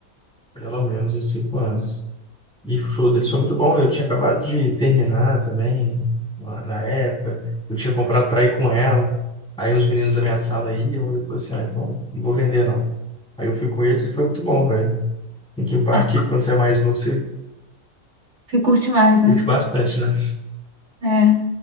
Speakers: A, in the centre; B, on the right.
A: pelo menos uns cinco anos. E o show deles foi muito bom. Eu tinha acabado de terminar também, lá na época. Eu tinha comprado para ir com ela. Aí uns meninos da minha sala iam, e eu falei assim, ah, então não vou vender não. Aí eu fui com eles e foi muito bom, velho. Linkin Park,
B: Ah,
A: quando você é mais novo, você
B: você curte mais, né?
A: curte bastante, né?
B: É.